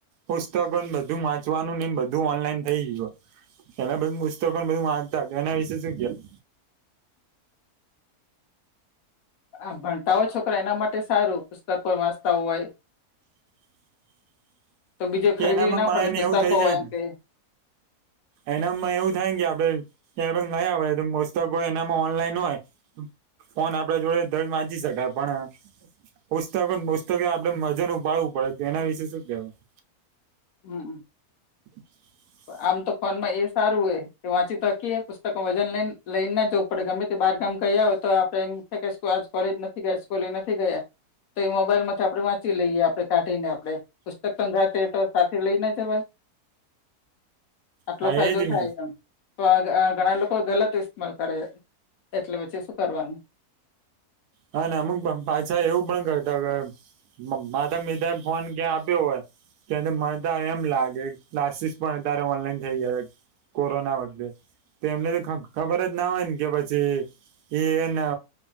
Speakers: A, on the right (about 85°); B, on the left (about 65°).
A: પુસ્તકો ને બધું વાંચવાનું ને એમ બધું ઓનલાઈન થઈ ગયું હે એના બધું પુસ્તકો પણ બધું વાંચતા હતા એના વિશે શું કેવું?
B: આ ભણતા હોય છોકરા એના માટે સારું પુસ્તકો વાંચતા હોય.
A: <inaudible>
B: તો બીજે
A: કે
B: ખરીદવી
A: એનામાં
B: ના પડે
A: મને
B: પુસ્તકો
A: એવું થઇ જાય
B: એમ
A: ને?
B: કે
A: એનામાં એવું થાયને કે આપડે એ નયા હોય. પુસ્તક એનામાં ઓનલાઈન હોય. ફોન આપડે જોડે દજ વાંચી શકાય પણ. પુસ્તકોને પુસ્તકે, આપડે મજા ઉપાડવું પડે. એના વિશે શું કેહેવાય.
B: હમ.
A: <unintelligible>
B: આમ તો ફોન માં એ સારું હોય કે, વાંચી તોકીએ. પુસ્તક વજન લને લઈને જો. આપડે ગમે તે બાર ગામ ગયા હોય તો, આપડે એમ છે કે આજ કોલેજ નથી ગયા. સ્કૂલે નથી ગયા. તો એ મોબાઈલમાંથી આપણે વાંચી લઈએ. આપણે કાઢી ને આપડે પુસ્તક ગાતે તો. સાથે લઈને જવાય, આટલો
A: હા
B: ફાયદો
A: એજ
B: થાય
A: ને
B: એમ. તો આ ઘણા લોકો ગલત ઇસ્માલ કરે. એટલે પછી શું કરવાનું?
A: હા ને, અમુક પાછા એવું પણ કરતા હો. મારે મીધા ફોન ક્યાં આપ્યો હોય. તને મળતા એમ લાગે, ક્લાસીસ પણ અત્યારે ઓનલાઈન થઈ ગયા. કોરોના વક્ત. તો એમને તો ખબર જ ના હોય ને કે, પછી એ એને.